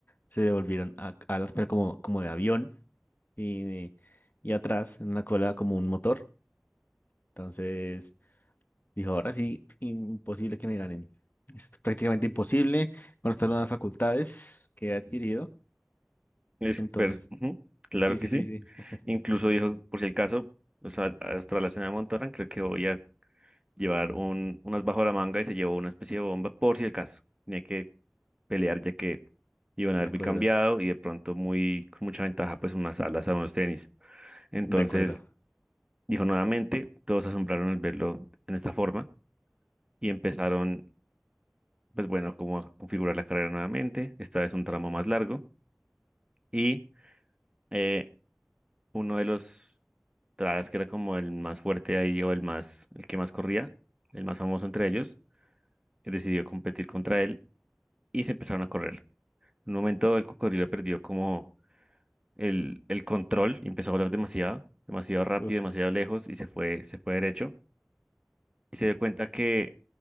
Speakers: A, on the left; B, on the right.
A: se devolvieron a- alas, pero como, como de avión. y, y atrás en la cola como un motor. Entonces dijo, ahora sí, imposible que me ganen. Es prácticamente imposible con estas nuevas facultades que he adquirido.
B: Es
A: Entonces,
B: per- ujú, Claro
A: sí,
B: que
A: sí,
B: sí.
A: sí, sí. <laughs>
B: Incluso dijo, por si el caso, o sea, hasta la cena de Montorán, creo que voy a llevar un, unas bajo la manga y se llevó una especie de bomba, por si el caso. Tenía que pelear ya que iban a
A: De
B: haber
A: acuerdo,
B: muy cambiado y de pronto muy, con mucha ventaja, pues unas alas a unos tenis. Entonces,
A: de acuerdo.
B: Dijo nuevamente, todos se asombraron al verlo en esta forma y empezaron, pues bueno, como a configurar la carrera nuevamente. Esta vez un tramo más largo y eh, uno de los tras que era como el más fuerte ahí o el más, el que más corría, el más famoso entre ellos, eh, decidió competir contra él y se empezaron a correr. En un momento el cocodrilo perdió como el, el control y empezó a volar demasiado, demasiado rápido,
A: Uf,
B: demasiado lejos y se fue, se fue derecho. y se dio cuenta que